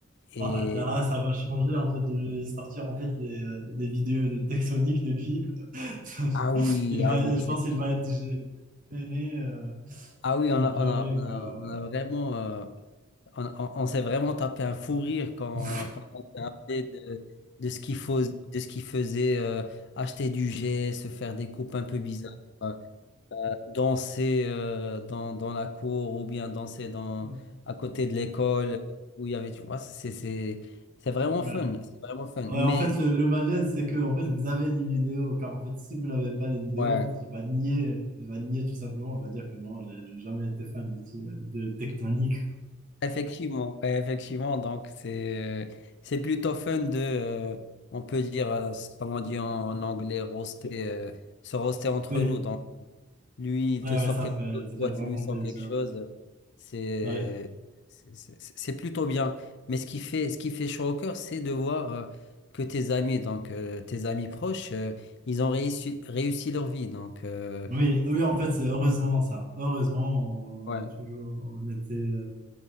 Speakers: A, on the left; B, on the right.
A: Et
B: Ah, Là, ça va changer en fait de lui sortir en fait les, euh, des vidéos de Texonic de lui. <laughs>
A: ah oui,
B: Il va,
A: ah oui,
B: je
A: c'était-
B: pense qu'il va être gê- gêné euh,
A: ah oui,
B: comme
A: on a,
B: jamais
A: on a, on a,
B: quoi.
A: on a vraiment, euh, on, on- on s'est vraiment tapé un fou rire quand,
B: Ouais,
A: quand on s'est rappelé de, de ce qu'il faut, de ce qu'il faisait, euh, acheter du jet, se faire des coupes un peu bizarres. euh, danser euh, dans, dans la cour ou bien danser dans,
B: ouais,
A: à côté de l'école où il y avait, tu vois, c'est, c'est, c'est vraiment
B: ouais.
A: fun, c'est vraiment fun.
B: Ouais,
A: Mais
B: en fait, le, le malaise, c'est que en fait, vous avez les vidéos, car en fait, si vous n'avez pas les vidéos,
A: ouais,
B: en fait, il va nier, il va nier tout simplement, il va dire que non, j'ai j'ai jamais été fan de, ti- de Tectonic.
A: effectivement, ouais, effectivement, donc c'est, euh, c'est plutôt fun de, euh, on peut dire, euh, comment on dit en, en anglais, roaster, euh, se roaster entre
B: Oui,
A: nous. Donc, Lui, il
B: ouais,
A: te sort
B: ouais, ça
A: quelque
B: fait,
A: chose,
B: ça fait
A: toi,
B: vraiment
A: tu lui sors
B: plaisir.
A: quelque chose. C'est
B: Ouais.
A: c'est c'est- c'est plutôt bien. Mais ce qui fait, ce qui fait chaud au cœur, c'est de voir euh, que tes amis, donc euh, tes amis proches, euh, ils ont réussi, réussi leur vie. Donc, euh,
B: Oui, oui, en fait, c'est heureusement ça. Heureusement, on,
A: ouais,
B: on a toujours, on était, euh,